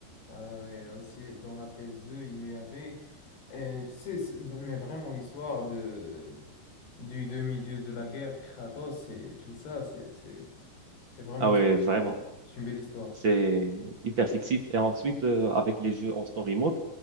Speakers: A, on the left (about 60°); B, on the right (about 45°).
A: Ah ouais, aussi, dans la PS2, il y avait, euh, tu sais, c'est- mais vraiment l'histoire de, du demi-dieu de la guerre, Kratos et tout ça, c'est, c'est, c'est vraiment,
B: Ah oui, vraiment.
A: ouais, c'est une belle histoire.
B: c'est hyper fictif. Et ensuite, euh, avec les jeux en story mode,